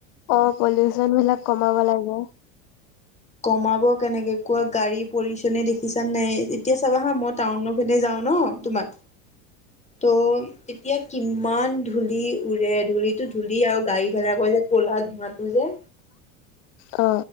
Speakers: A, on the left (about 65°); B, on the left (about 15°).
A: অ পলিউচন বিলাক কমাব লাগে।
B: কমাব কেনেকে কোৱা গাড়ীৰ পলিউচন এ দেখিছা নাই এতিয়া চাবা হা মই টাউন পিনে যাও ন তোমাৰ ত' এতিয়া কিমান ধূলি উৰে ধূলিটো। ধূলি আৰু গাড়ী ভাড়া কৰে যে ক'লাত। ম তো যে
A: অ